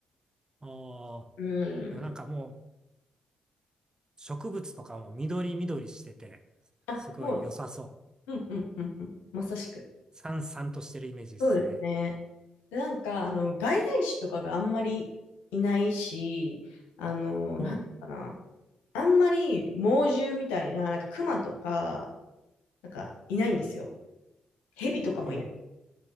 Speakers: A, on the right (about 30°); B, on the left (about 80°).
A: ああ。
B: うん。
A: でもなんかもう植物とかも緑緑してて、
B: あ、
A: すごい良さそう。
B: もう、うんうんうんうん。まさしく。
A: さんさんとしてるイメージですね。
B: そうですね。で、なんか、あの、外来種とかがあんまりいないし、あの、
A: おう、
B: なんていうのかな。あんまり猛獣みたいな、なんか熊とか、なんかいないんですよ。蛇とかもいな
A: もう